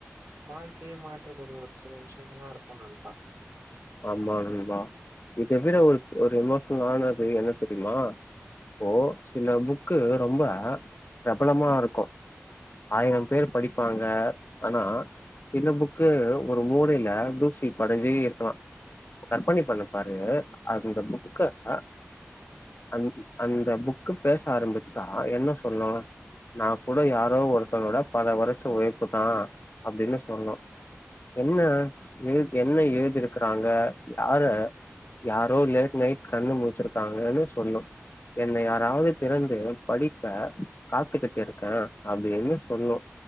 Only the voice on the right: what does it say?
வாழ்க்கியே மாற்றக்கூடிய ஒரு சில விஷ்யங்களா இருக்கு நண்பா